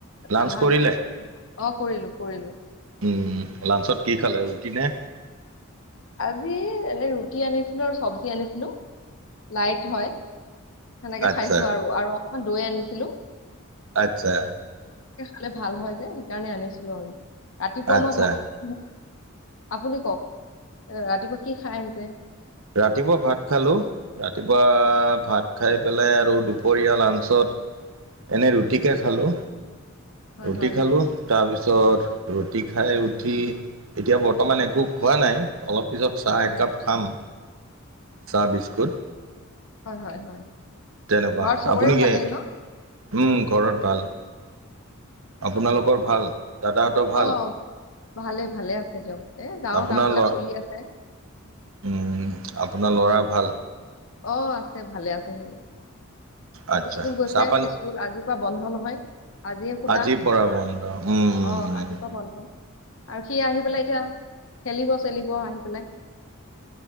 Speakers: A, on the right; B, on the left.
A: লাঞ্চ
B: আহাৰ
A: কৰিলে।
B: ঘৰ- অ', কৰিলো কৰিলো।
A: উম লাঞ্চত কি খালে ৰুটি নে।
B: আজি এনে ৰুটি আনিছিলো আৰু চব্জি আনিছিলো লাইট হয়। সেনেকে
A: আচ্ছা
B: খাইছো আৰু আৰু অকমান দৈ আনিছিলো।
A: আচ্ছা।
B: <unintelligible> ভাল হয় যে সেইকাৰণে আনিছিলো আৰু ৰাতিপুৱা
A: আচ্ছা
B: মই ভাত আপুনি কওক এ ৰাতিপুৱা কি খাই আহিছে?
A: ৰাতিপুৱা ভাত খালোঁ ৰাতিপুৱা ভাত খাই পেলাই আৰু দুপৰীয়া লাঞ্চত এনে ৰুটিকে খালো
B: হয়
A: ৰুটি
B: হয়
A: খালো
B: হয়
A: তাৰপিছত তাৰপিছত ৰুটি খাই উঠি এতিয়া বৰ্তমান একো খোৱা নাই অলপ পিছত চাহ
B: হয়
A: একাপ খাম। চাহ বিস্কুট।
B: হয়, হয়, হয়।
A: তেনেকুৱা
B: ঘৰত চবৰে
A: আপুনিকে
B: ভালেই
A: উম,
B: ন
A: ঘৰত ভাল। আপোনালোকৰ ভাল? দাদাহঁতৰ
B: অ',
A: ভাল?
B: ভালেই ভালে আছে দিয়ক এ গাঁৱৰ
A: আপোনাৰ
B: কাম বিলাক
A: ল
B: চলি আছে। <inaudible>
A: উম, আপোনাৰ ল'ৰা ভাল?
B: অ', আছে ভালে আছে সি।
A: আচ্ছা,
B: ইস্কুল গৈছে
A: চাহপানী
B: ইস্কুল আজিপৰা বন্ধ নহয়। আজিয়ে খোলা
A: আজিৰ পৰা বন্ধ উম, উম-উম।
B: অ আজিৰ পৰা বন্ধ আৰু সি আহি পেলাই এতিয়া খেলিব চেলিব আহি পেলাই।